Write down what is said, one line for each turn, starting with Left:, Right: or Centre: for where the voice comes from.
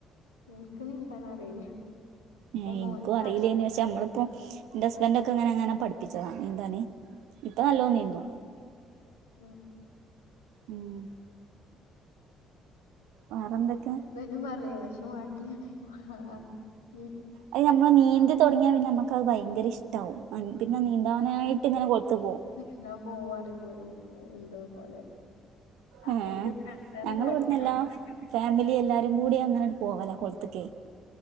Left: ഇൻക്ക് നീന്താൻ അറിയില്ല. അപ്പൊ
Right: ഏഹ്
Left: മോൻക്കറിയാം
Right: ഇൻക്കറിയില്ലേയ്നു പക്ഷെ നമ്മളിപ്പോ ൻ്റെ ഹസ്ബൻ്റൊക്കെങ്ങനെങ്ങന പഠിപ്പിച്ചതാ നീന്താന് ഇപ്പൊ നല്ലോ നീന്തും.
Left: എത്രേ
Right: ഉം വേറെന്തൊക്കെ
Left: ൻ്റ ഹസ്ബൻ്റും പറയും പക്ഷെ മടിയാണ് മാ നീ
Right: അഹ നമ്മള് നീന്തി തൊടങ്ങിയാല് പിന്നമ്മ ക്കവ് ഭയങ്കര ഇഷ്ടാവു അൻ പിന്നെ നീന്താനായിട്ട്ങ്ങനെ കൊളുത്തു പോവും.
Left: ന്താൻ പോവാറിബോ ഒരു എന്തോ പോലെ. ആരെങ്കിലു
Right: ഏഹ്
Left: കണ്ടാലൊക്കെ
Right: ഞങ്ങള്
Left: മടി
Right: ഇവിടുന്ന്
Left: യാത്രക്ക്ണ്ടേലു
Right: എല്ലാ ഫാമിലി എല്ലാരുകൂടി അങ്ങനെങ്ങട് പോവലാ കൊളത്ത്ക്കെ